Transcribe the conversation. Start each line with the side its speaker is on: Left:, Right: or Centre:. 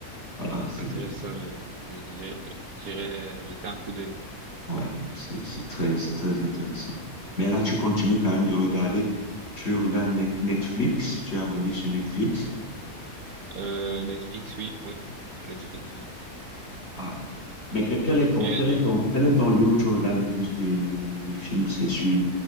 Left: Voilà, c'est,
Right: intéressant, je, j'ai- j'irai jeter un coup d'œil,
Left: ouais, c'est, c'est
Right: ok,
Left: très, c'est très intéressant. Mais là, tu continues quand même de regarder. Tu regardes Net- Netflix, tu es abonné sur Netflix.
Right: euh, Netflix, oui, oui, Netflix, oui,
Left: Ah.
Right: Netflix,
Left: Mais que- quel est ton,
Right: mais,
Left: quel est ton, quel est ton lieu où tu regardes le plus les, les- les films? C'est sur,